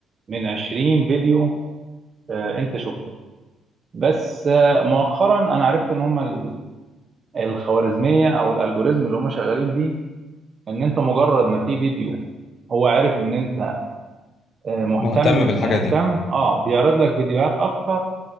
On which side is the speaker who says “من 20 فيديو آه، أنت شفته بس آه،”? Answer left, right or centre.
Right